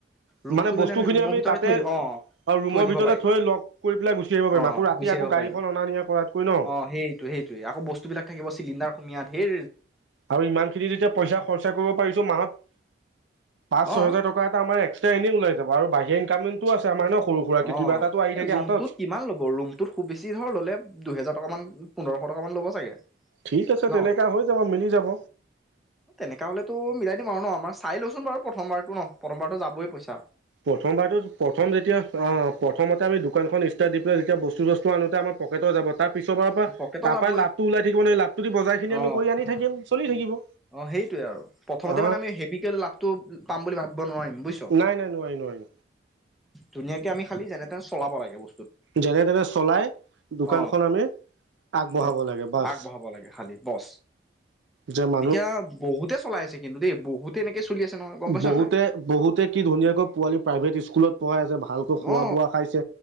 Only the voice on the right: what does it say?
মানে
বস্তুখিনি
তাতে
আৰু ৰুমৰ
ভিতৰতে
থৈ লগ কৰি পেলাই গুচি আহিব পাৰিম
আকৌ ৰাতি
আকৌ
গাড়ীখন
অনা নিয়া কৰাতকৈ ন
আৰু ইমান খিনি যেতিয়া পইচা খৰচা কৰিব পাৰিছো মাহত পাঁচ
ছহেজাৰ টকা এটা আমাৰ্স্ৰা এনেই ওলাই যাব আৰু বাহিৰ কামিন টো আছে আমে ন সৰু সুৰাক
কিবা এাতো আহি
থাকে হাতত।
ঠিক আছে
তেনেকা হৈ যাব মিলি যাব।
প্ৰথমবাৰতটো প্ৰথম যেতিয়া অ প্ৰথমতে আমি দোকানখন ষ্টাৰট দি পেলাই যেতিয়া বস্তু চ্তু আনতে আম পকেটৰ যাব তাৰ পিছৰাৰ পৰা
তাৰ
পৰাই লাভটো ওলাই থিব নে লাভটো দি বজাই খিনি
আমি কৰি আনি থাকম চলি থাকিব
অ
নাই নাই নোৱাৰি নোৱাৰি
যেনে তেনে চলাই দোকানখন
আমি আগবঢ়াব
লাগে বাছ
যে ম
বহুতে
বহুতে কি ধুনীয়াকৈ পোৱালি প্ৰাইভেট স্কুলত ়াই আছে ভালকৈ খোৱা
বোৱা খাইছে